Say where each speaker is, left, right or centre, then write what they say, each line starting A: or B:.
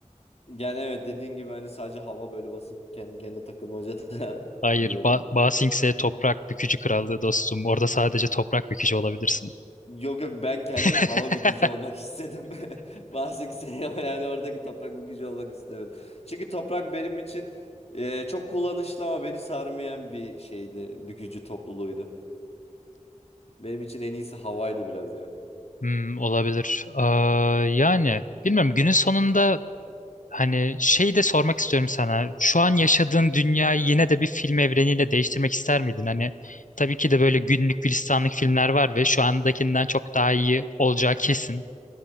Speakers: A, on the left (about 55°); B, on the left (about 80°).
A: Yani evet dediğin gibi hani sadece hava böyle basıp kendi kendine takılmaca da <laughs>
B: Hayır,
A: iyi olurdu.
B: ba Ba Sing Se toprak bükücü krallığı dostum. Orada sadece toprak bükücü olabilirsin.
A: Yok yok ben kendim
B: <laughs>
A: hava bükücü olmak istedim. <laughs> Bazı kimseye ama <laughs> yani oradaki toprak bükücü olmak istemedim. Çünkü toprak benim için e, çok kullanışlı ama beni sarmayan bir şeydi. Bükücü topluluğuydu. Benim için en iyisi havaydı biraz ya.
B: Hmm, olabilir. Aa, yani bilmiyorum günün sonunda Hani şey de sormak istiyorum sana. Şu an yaşadığın dünyayı yine de bir film evreniyle değiştirmek ister miydin? Hani tabii ki de böyle günlük gülistanlık filmler var ve şu andakinden çok daha iyi olacağı kesin.